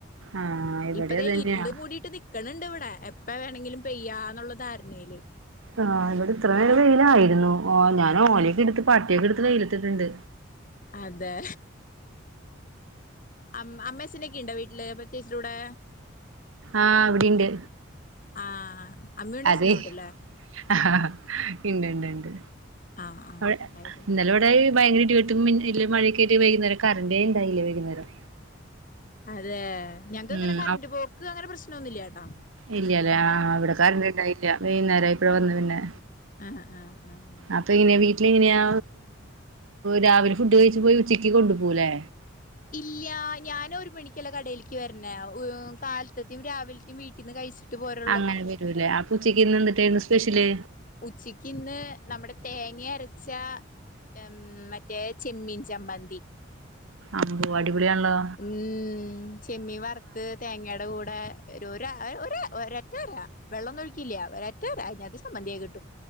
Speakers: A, on the right; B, on the left.
A: ആഹ് ഇവിടെ
B: ഇപ്പദേ
A: അത് തന്നെയാ
B: ഇരുണ്ടു മൂടിട്ട് നിക്ക്ണ് ഇണ്ട് ഇവിടെ എപ്പ വേണങ്കിലും പെയ്യാന്നുള്ള ധാരണയില്.
A: ആഹ് ഇവിടെ ഇത്രേരം വെയിലായിരുന്നു ആ ഞാന് ഓലയൊക്കെ എടുത്ത് പാട്ടിയൊക്കെ എടുത്ത് വെയിലെത്തിട്ട്ണ്ട്.
B: അതെ അമ് അമ്മേ ച്ഛനുക്കെണ്ടോ വീട്ടില് പ്പം ചേച്ചിടെ കൂടെ?
A: ആഹ് വിടെണ്ട്.
B: ആഹ് അമ്മയുണ്ട് അച്ഛനും
A: അതെ
B: ഉണ്ടല്ലേ
A: ഹ ആഹ് ഇണ്ട് ണ്ട് ണ്ട്.
B: ആഹ് ആഹ്
A: അവ്
B: ആയിക്കോട്ടെ
A: ഇന്നലെവടെ ഭയങ്കര ഇടി വെ ട്ടും മിന്ന ഇടി മഴയൊക്കായിട്ട് വൈകുന്നേരം കറണ്ടേ ഇണ്ടായില്യ വൈകുന്നേരം.
B: അതെ. ഞങ്ങ്ക്ക് അങ്ങനെ
A: ഉം
B: കറണ്ട് പോക്ക് അങ്ങനെ പ്രശ്നൊന്നുല്യാ ട്ടൊ.
A: ഇല്യലെ ആഹ് വിടെ കരണ്ട്ണ്ടായില്യ. വൈകുന്നേരായപ്പഴാ വന്ന് പിന്നെ.
B: ആഹ് ആഹ് ആഹ് ആഹ്
A: അപ്പൊ എങ്ങനെ വീ വീട്ടിലെങ്ങനെയാ രാവിലെ ഫുഡ് കഴിച്ച്പോയി ഉച്ചക്ക് കൊണ്ടുപോകു ലെ.
B: ഇല്യ. ഞാന് ഒരു മണിക്കല്ലേ കടയിൽക്ക് വര്ണേ. ഉ ഹ് കാൽത്തതിം രാവിൽത്തിം വീ ട്ടിന്ന് കഴിച്ചിട്ട് പോരാ
A: അങ്ങനെ വരൂല്ലേ? അപ്പൊ ഉച്ചക്ക് ഇന്ന് എന്തിട്ടായിരുന്നു സ്പെഷ്യല്?
B: ഉച്ചക്കിന്ന് നമ്മുടെ തേങ്ങ്യരച്ച മ് മറ്റേ ചെമ്മീൻ ചമ്മന്തി.
A: അമ്പോ അടിപൊളിയാണല്ലോ.
B: ഉം ചെമ്മീൻ വറ്ത്ത് തേങ്ങടെ കൂടെ ഒരു ഒര ഒരറ്റര വെള്ളംന്നും ഒഴിക്കില്യ. ഒര ഒറ്റര അയിന്റാത് ചമ്മന്ത്യയി കിട്ടും.